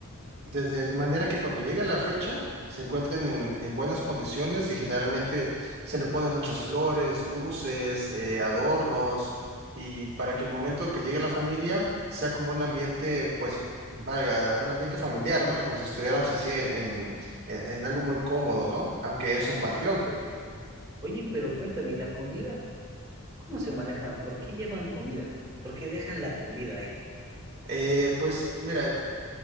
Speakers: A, on the right; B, on the right.
A: desde de manera que cuando llegue la fecha se encuentren en, en buenas condiciones y generalmente se le ponen muchas flores, luces, eh, adornos y para que el momento que llegue la familia sea como un ambiente, pues, valga, un ambiente familiar, ¿no? Como si estuviéramos así en, en- en algo muy cómodo, ¿no? Aunque es un panteón.
B: Ok. Oye, pero cuéntame, ¿y la comida? ¿Cómo se manejan? ¿Por qué llevan comida? ¿Por qué dejan la comida ahí?
A: Eh, pues mira,